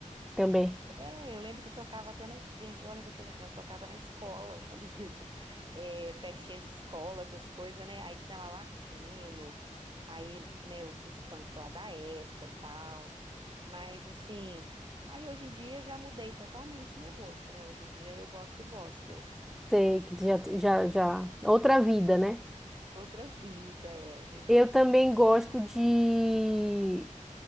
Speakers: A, in the centre; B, on the right.
A: também.
B: É, eu lembro que tocava até na. es- Gente, olha que eu tô lembrando, tocava na escola, <laughs> quando a gente. É, festinha de escola, essas coisas, né? Aí tinha lá latino, aí, né, os, os funk lá da época tal. Mas, assim. Aí hoje em dia já mudei totalmente meu gosto, né? Hoje em dia eu gosto do gospel.
A: Sei que já já já outra vida, né?
B: Outra vida, é. A gente.
A: Eu também gosto de